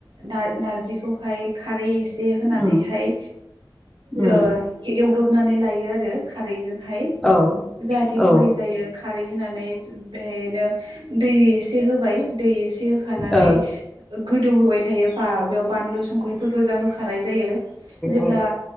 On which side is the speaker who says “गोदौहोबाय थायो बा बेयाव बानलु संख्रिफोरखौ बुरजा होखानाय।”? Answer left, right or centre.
Right